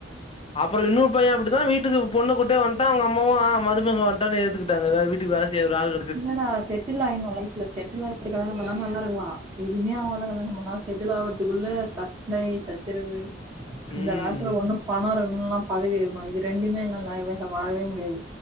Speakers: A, on the left; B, on the right.
A: அப்புறோ இன்னொரு பைய அப்டித்தா வீட்டுக்கு பொண்ணு கூட்டே வன்டா அவங்க அம்மாவு ஆ மருமக வன்டான் ஏத்துக்கிட்டாங்க அ வீட்டுக்கு வேல செய்ய ஒரு ஆளு
B: இல்லடா செட்டில் ஆயிட்னு லைஃப்ல செட்டில் ஆ இத வேனா பண்ணா நல்லா இருக்கலா எதுவுமே ஆகாத கல்யாணோ பண்ணா செட்டில் ஆகறதுக்குள்ள சண்டை சச்சரவு
A: ம்
B: இந்த காலத்துல ஒண்ணு பணோ இருக்கணு இல்ல பதவி இருக்கணு இது ரெண்டுமே இல்ல வாழவே முடியாது